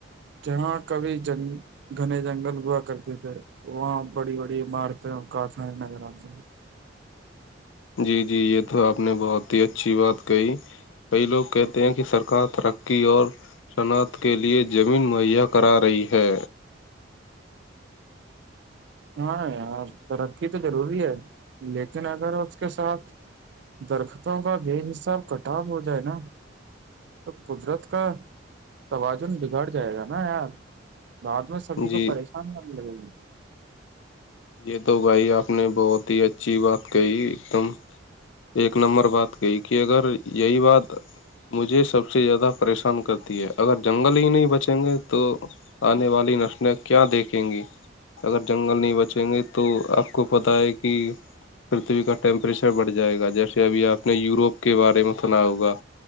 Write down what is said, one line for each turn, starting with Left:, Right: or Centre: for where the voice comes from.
Right: جہاں کبھی جن گھنے جنگل ہوا کرتے تھے وہاں بڑی بڑی عمارتیں اور کھانیں نظر آتے
Left: جی جی یہ تو آپ نے بہت ہی اچھی بات کہی کئی لوگ کہتے ہیں کہ سرکار ترقی اور صناخت کے لیے زمین مہیا کرا رہی ہے
Right: ہاں یار ترقی تو ضروری ہے لیکن اگر اس کے ساتھ درختوں کا بے حساب کٹاب ہو جائے نا تو قدرت کا توازن بگڑ جائے گا نا یار بعد میں سبھی کو
Left: جی
Right: پریشان کرنے لگے گی
Left: یہ تو بھائی آپ نے بہت ہی اچھی بات کہی ایک دم ایک نمبر بات گئی کہ اگر یہی بات مجھے سب سے زیادہ پریشان کرتی ہے اگر جنگل ہی نہیں بچیں گے تو آنے والی نسلیں کیا دیکھیں گی اگر جنگل نہیں بچ پنچیں گے تو آپ کو پت ہے کہ پرتھوی کا ٹیمپریچر بڑھ جائے گا جیسے ابھی آپ نے یوروپ کے بارے میں سنا ہوگا